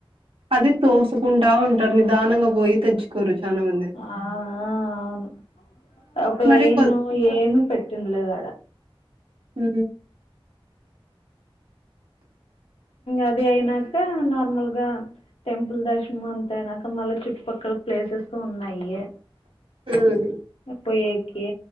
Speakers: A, on the right (about 70°); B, on the left (about 80°).
A: అది తోసుకుంటా ఉంటారు. నిదానంగా పోయి తెచ్చుకోరు. చానా మంది
B: ఆ అవును ఒక
A: మరి
B: లైన్
A: కొ
B: ఏమి పెట్టిండలేదు ఆడ
A: ఉ
B: అదే అయినాక న ల్గా టెంపుల్ దర్శనం అంత అనాక మళ్ళా చుట్టుపక్కల ప్లేసెస్ ఉన్నాయ
A: ఉమ్
B: పోయికి